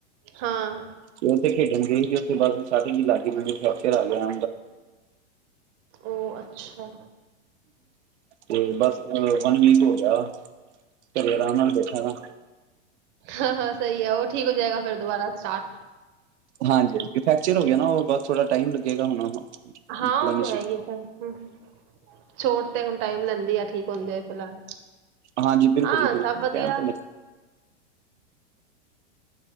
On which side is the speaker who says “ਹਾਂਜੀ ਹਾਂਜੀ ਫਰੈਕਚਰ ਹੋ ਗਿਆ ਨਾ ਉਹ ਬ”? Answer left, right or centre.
Right